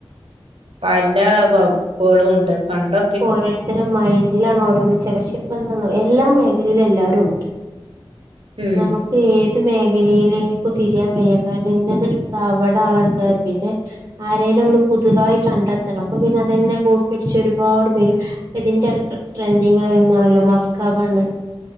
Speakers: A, on the right; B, on the right.
A: പല വബളും ഉണ്ട് പണ്ട്
B: ഇപ്പൊ ഓരോരുത്തര മൈൻഡിലാണ് ഓരോ പക്ഷെ ഇപ്പ എന്താന്ന എല്ലാ മേഖലയിലും എല്ലാരുണ്ട്.
A: ഉം
B: നമുക്ക് ഏത് മേഖലയിലേക്കും തിരിയാൻ വയ്യ കാരണം ഇന്നതെടുത്ത അവടെ ആളിണ്ട് പിന്നെ ആരേലും ഒന്ന് പുതുതായി കണ്ടെത്തണം അപ്പൊ പിന്നെ അതന്നെ കോപ്പിയടിച്ചും. ഒരുപാട് പേര് ഇതിന്റെ അടുക്ക് ട്രെൻഡിങ്ങായന്നാണല്ലോ മസ്കാബണ്ണ്.